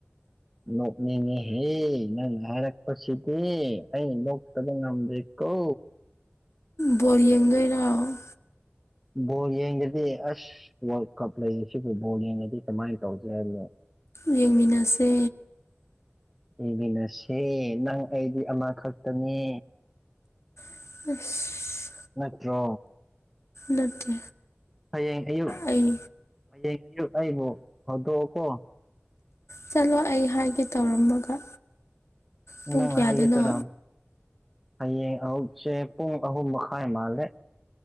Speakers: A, in the centre; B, on the left (about 85°).
A: ꯅꯣꯛꯅꯤꯡꯉꯤꯍꯦ ꯅꯪ ꯍꯥꯏꯔꯛꯄꯁꯤꯗꯤ ꯑꯩ ꯅꯣꯛꯇꯕ ꯉꯝꯗꯦ ꯀꯣ
B: ꯕꯣꯜ ꯌꯦꯡꯗꯣꯏꯔꯣ-
A: ꯕꯣꯜ ꯌꯦꯡꯗꯗꯤ ꯑꯁ ꯋꯥꯔꯜ ꯀꯞ ꯂꯩ ꯁꯤꯕꯨ ꯕꯣꯜ ꯌꯦꯡꯉꯗꯤ ꯀꯃꯥꯏꯟ ꯇꯧꯒꯦ <inaudible>
B: ꯌꯦꯡꯃꯤꯟꯅꯁꯦ
A: ꯌꯦꯃꯤꯟꯅꯁꯦ ꯅꯪ ꯑꯩꯗꯤ ꯑꯃꯈꯛꯇꯅꯦ
B: ꯎꯐ
A: ꯅꯠꯇ꯭ꯔꯣ
B: ꯅꯠꯇꯦ
A: ꯍꯌꯦꯡ ꯑꯌꯨꯛ
B: ꯑꯩ
A: ꯍꯌꯦꯡ ꯑꯌꯨꯛ ꯑꯩꯕꯨ ꯍꯧꯗꯣꯛꯀꯣ
B: ꯆꯠꯂꯣ ꯑꯩ ꯍꯥꯏꯒꯦ ꯇꯧꯔꯝꯃꯒ ꯄꯨꯡ
A: ꯅꯪ
B: ꯀꯌꯥꯗꯅꯣ
A: ꯍꯥꯢꯒꯦ ꯇꯧꯔꯝ ꯍꯌꯦꯡ ꯑꯍꯨꯛꯁꯦ ꯄꯨꯡ ꯑꯍꯨꯝ ꯃꯈꯥꯏ ꯃꯥꯜꯂꯦ